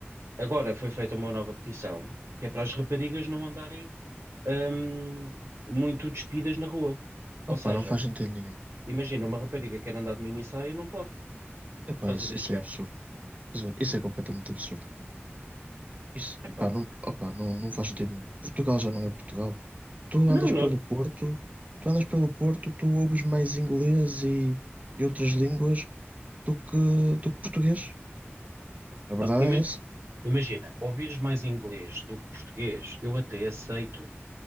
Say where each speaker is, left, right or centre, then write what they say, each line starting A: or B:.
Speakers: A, on the right; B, on the right.
A: agora foi feita uma nova petição, que é para as raparigas não andarem, hum, muito despidas na rua.
B: Opa,
A: Ou seja,
B: não faz sentido nenhum.
A: imagina, uma rapariga quer andar de mini saia, não pode, por
B: Epá,
A: causa
B: isso,
A: destes
B: isso
A: gajos.
B: é absurdo. Estás a ver? Isso é completamente absurdo. Isso,
A: Epá,
B: epá, não, opa, não, não faz sentido nenhum. Portugal já não é Portugal. Tu
A: Não,
B: andas
A: não,
B: pelo Porto, tu andas pelo Porto, tu ouves mais inglês e, e outras línguas do que, do que português. A verdade
A: não, ima-
B: é essa.
A: imagina, ouvires mais inglês do que português, eu até aceito,